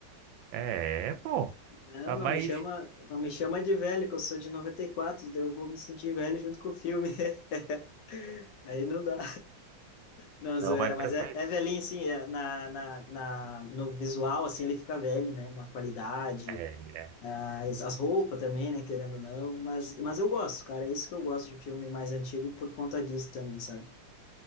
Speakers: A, on the right; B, on the left.
A: É, pô.
B: Não,
A: Ah,
B: não
A: mas,
B: me chama, não me chama de velho, que eu sou de 94, daí eu vou me sentir velho junto com o filme. <laughs> Aí não dá. Não, zoeira,
A: não, mas
B: mas
A: pra ser.
B: é, é velhinho, assim, é, na, na, na, no visual, assim, ele fica velho, né? Uma qualidade,
A: É, é.
B: ah, as as roupas também, né? Querendo ou não, mas, mas eu gosto, cara, é isso que eu gosto de filme mais antigo por conta disso também, sabe?